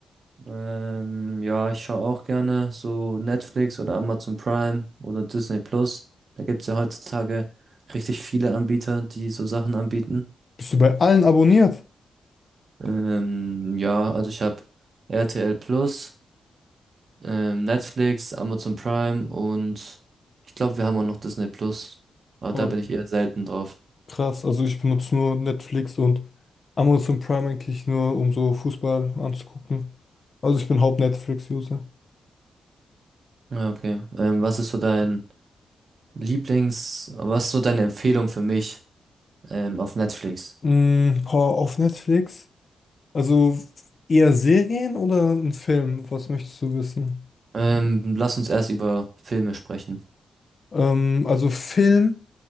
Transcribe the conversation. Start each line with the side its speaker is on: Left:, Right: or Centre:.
Right: Ähm, ja, ich schaue auch gerne so Netflix oder Amazon Prime oder Disney Plus. Da gibt's ja heutzutage richtig viele Anbieter, die so Sachen anbieten.
Left: Bist du bei allen abonniert?
Right: Ähm, ja, also ich habe RTL Plus, ähm, Netflix, Amazon Prime und ich glaube, wir haben auch noch Disney Plus. Aber da
Left: Oh,
Right: bin ich eher selten drauf.
Left: krass, also ich benutze nur Netflix und Amazon Prime eigentlich nur, um so Fußball anzugucken. Also ich bin Haupt-Netflix-User.
Right: Ja, okay. Ähm, was ist so dein Lieblings, was ist so deine Empfehlung für mich ähm, auf Netflix?
Left: Mm, boah, auf Netflix? Also eher Serien oder ein Film? Was möchtest du wissen?
Right: Ähm, lass uns erst über Filme sprechen.
Left: Ähm, also Film.